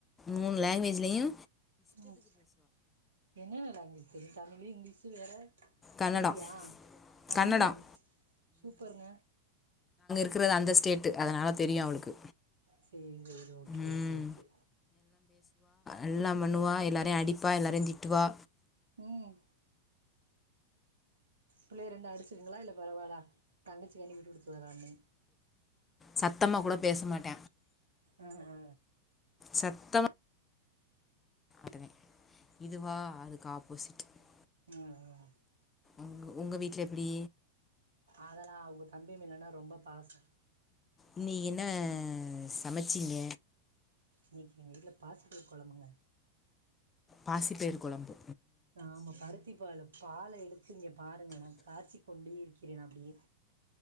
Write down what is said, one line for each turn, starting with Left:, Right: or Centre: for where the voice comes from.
Left: மூணு லாங்வேஜ் ல்லியு
Right: ம் என்னென்ன லாங்வேஜ் தெரியு தமிழு இங்கிலீஷ் வேற
Left: கன்னடம்
Right: ஹிந்தியா அங்கனம்
Left: கன்னடம்
Right: சூப்பருங்க
Left: இருக்குறது அந்த ஸ்டேட்டு அதனால தெரியு அவளுக்கு
Right: சேரி சேரி ஓகே
Left: ம்,
Right: ஓகே ஓகே
Left: எல்லா பண்ணுவா எல்லாரையு அடிப்பா எல்லாரையு திட்டுவா
Right: ம் பிள்ளை ரெண்டு அடிச்சுக்குங்களா இல்ல பரவால்ல தங்கச்சிண்டு விட்டு குடுத்து வரான்னு
Left: சத் த்தமா கூட பேச மாட்ட
Right: ஆ அ
Left: சத்தமா மாட்டுவேன் இதுவா அதுக்காப் உசிிக்கி <unintelligible>
Right: ம் ம்
Left: உங்க உங்க வீட்ல எப்டி
Right: அதல்லா அவங்க தம்பி மேலன ரொம்ப பாச
Left: இன்னைக் என்ன சமச்சிங்க
Right: இன்னைக்கு எங்க வீட்ல பாசிப்பயிர் கொழம்புங்க
Left: பாசிப்பயிர் கொழம்பு
Right: ஆமா பருத்தி பால பால் எடுத்து இங்க பாருங்க நா காய்ச்சிக் கொண்ட இருக் கிறே அப்டியே